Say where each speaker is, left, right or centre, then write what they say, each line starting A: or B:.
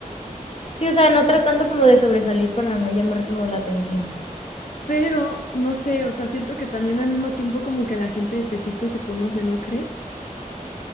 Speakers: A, on the left; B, on the left.
A: Sí, o sea, no tratando como de sobresalir para no llamar como la atención.
B: Pero, no sé, o sea, siento que también al mismo tiempo como que la gente de Tepito se conoce, ¿no crees?